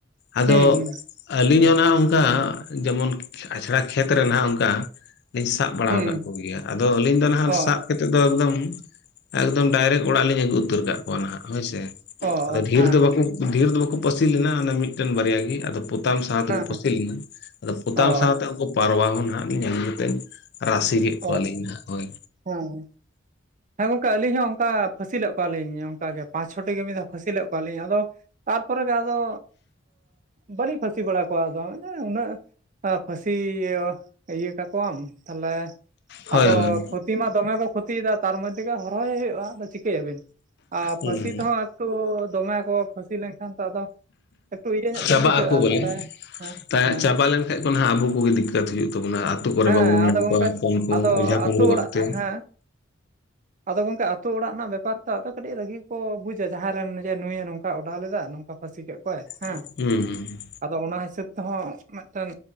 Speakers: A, on the left; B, on the right.
A: ᱟᱫᱚ
B: ᱦᱩᱸ ᱦᱩᱸ
A: ᱟᱞᱤᱧ ᱦᱚᱸ ᱱᱟᱦᱟᱜ ᱚᱝᱠᱟ, ᱡᱮᱢᱚᱱ ᱟᱪᱷᱲᱟ ᱠᱷᱮᱛ ᱨᱮᱱᱟᱜ ᱚᱝᱠᱟ <inaudible> ᱥᱟᱵ ᱵᱟᱲᱟᱣ
B: ᱦᱩᱸ
A: ᱠᱟᱜ ᱠᱚᱜᱮᱭᱟ᱾ ᱟᱫᱚ ᱟᱹᱞᱤᱧ ᱫᱚ ᱱᱟᱦᱟᱜ ᱥᱟᱵ
B: ᱚ
A: <inaudible> ᱛᱮᱫᱚ ᱮᱠᱫᱚᱢ, ᱮᱠᱫᱚᱢ ᱰᱟᱭᱨᱮᱠ ᱚᱲᱟᱜ ᱞᱤᱧ ᱟᱹᱜᱩ ᱩᱛᱟᱹᱨ ᱠᱟᱜ ᱠᱚᱣᱟ ᱱᱟᱦᱟᱜ ᱦᱳᱭ ᱥᱮ᱾
B: ᱚ
A: ᱟᱫᱚ ᱰᱷᱮᱨ
B: ᱦᱮᱸ
A: ᱫᱚ ᱵᱟᱠᱚ, ᱰᱷᱮᱨ ᱫᱚ ᱵᱟᱠᱚ ᱯᱟᱹᱥᱤ ᱞᱮᱱᱟ ᱚᱱᱮ ᱢᱤᱫᱴᱮᱱ ᱵᱟᱨᱭᱟ ᱜᱮ᱾ ᱟᱫᱚ ᱯᱚᱛᱟᱢ ᱥᱟᱶ ᱛᱮᱠᱚ
B: ᱦᱮᱸ
A: ᱯᱟᱹᱥᱤ ᱞᱮᱱᱟ, ᱟᱫᱚ ᱯᱚᱛᱟᱢ
B: ᱚ
A: ᱥᱟᱶᱛᱮ ᱩᱝᱠᱩ ᱯᱟᱨᱣᱟ ᱦᱚᱸ ᱱᱟᱜ ᱞᱤᱧ ᱟᱹᱜᱩ ᱞᱮᱫᱮ᱾ ᱨᱟᱥᱮ ᱠᱮᱜ ᱠᱚᱣᱟ
B: ᱚ
A: ᱞᱤᱧ ᱱᱟᱦᱟᱜ ᱚᱭ᱾
B: ᱦᱮᱸ ᱦᱮᱸ ᱜᱚᱝᱠᱮ ᱟᱹᱞᱤᱧ ᱦᱚᱸ ᱚᱝᱠᱟ ᱯᱷᱟᱹᱥᱤᱞᱮᱜ ᱠᱚᱣᱟᱞᱤᱧ᱾ ᱚᱝᱠᱟᱜᱮ ᱯᱟᱸᱪ ᱪᱷᱚᱴᱤ ᱜᱮ ᱢᱤᱫ ᱫᱷᱟᱣ ᱯᱷᱟᱹᱥᱤ ᱞᱮᱫ ᱠᱚᱣᱟ ᱞᱤᱧ, ᱟᱫᱚ ᱛᱟᱨᱯᱚᱨᱮ ᱜᱮ ᱟᱫᱚ, ᱵᱟᱹᱞᱤᱧ ᱯᱷᱟᱹᱥᱤ ᱵᱟᱲᱟ ᱠᱚᱣᱟ ᱟᱫᱚ ᱩᱱᱟᱹᱜ ᱯᱷᱟᱹᱥᱤ <inaudible> ᱤᱭᱟᱹ ᱠᱟᱠᱚᱣᱟᱢ, ᱛᱟᱞᱦᱮ
A: ᱦᱳᱭ
B: ᱟᱫᱚ
A: ᱦᱳᱭ
B: ᱠᱷᱚᱛᱤ ᱢᱟ ᱫᱚᱢᱮ ᱠᱚ ᱠᱷᱚᱛᱤᱭᱮᱫᱟ ᱛᱟᱨ ᱢᱚᱫᱫᱷᱮ ᱜᱮ ᱦᱚᱨᱦᱚᱭ ᱦᱳᱭᱳᱜᱼᱟ, ᱟᱫᱚ ᱪᱤᱠᱟᱹᱭᱟᱵᱤᱱ᱾ ᱟᱨ
A: ᱦᱩᱸ
B: ᱯᱷᱟᱹᱥᱤ ᱛᱮᱦᱚᱸ ᱮᱠᱴᱩ ᱫᱚᱢᱮ ᱠᱚ ᱯᱷᱟᱹᱥᱤ ᱞᱮᱱᱠᱷᱟᱱ ᱛᱚ, ᱟᱫᱚ ᱮᱠᱴᱩ ᱤᱭᱟᱹ ᱧᱚᱜ
A: ᱪᱟᱵᱟᱜ
B: ᱜᱮ ᱵᱩᱡᱷᱟᱹᱜᱼᱟ
A: ᱟᱠᱚ ᱵᱚᱞᱮ,
B: ᱛᱟᱦᱚᱞᱮ ᱦᱮᱸ
A: ᱛᱟ
B: ᱦᱮᱸ
A: ᱪᱟᱵᱟ ᱞᱮᱱᱠᱷᱟᱡ ᱠᱚ ᱱᱟᱦᱟᱜ ᱟᱵᱚ ᱠᱚᱜᱮ ᱫᱤᱠᱠᱟᱹᱛ ᱦᱩᱭᱩᱜ ᱛᱟᱵᱚᱱᱟ᱾ ᱟᱹᱛᱩ ᱠᱚᱨᱮ
B: ᱦᱮᱸ
A: ᱵᱟᱵᱚᱱ ᱧᱟᱢ
B: ᱟᱫᱚ
A: ᱠᱚᱣᱟ
B: ᱜᱚᱝᱠᱮ
A: ᱦᱚᱯᱚᱱ ᱠᱚ,
B: ᱟᱫᱚ
A: ᱚᱡᱷᱟ ᱠᱩᱢᱲᱩ
B: ᱟᱛᱳ ᱚᱲᱟᱜ
A: ᱚᱠᱛᱮ᱾
B: ᱦᱮᱸ ᱟᱫᱚ ᱜᱚᱝᱠᱮ ᱟᱹᱛᱩ ᱚᱲᱟᱜ ᱱᱟᱜ ᱵᱮᱯᱟᱨ ᱛᱚ, ᱟᱫᱚ ᱠᱟᱹᱴᱤᱡ ᱨᱟᱹᱜᱤ ᱠᱚ ᱵᱩᱡᱟ ᱡᱟᱸᱦᱟᱸᱭ ᱨᱮᱱ ᱡᱮ ᱱᱩᱭᱮ ᱱᱚᱝᱠᱟ ᱚᱰᱟᱣ ᱞᱮᱫᱟ ᱱᱚᱝᱠᱟ᱾ ᱯᱷᱟᱹᱥᱤ ᱠᱮᱫ ᱠᱚᱣᱟᱭ᱾ ᱦᱮᱸ
A: ᱦᱩ
B: ᱟᱫᱚ ᱚᱱᱟ ᱦᱤᱥᱟᱹᱵᱽ ᱛᱮᱦᱚᱸ ᱢᱤᱫᱴᱮᱱ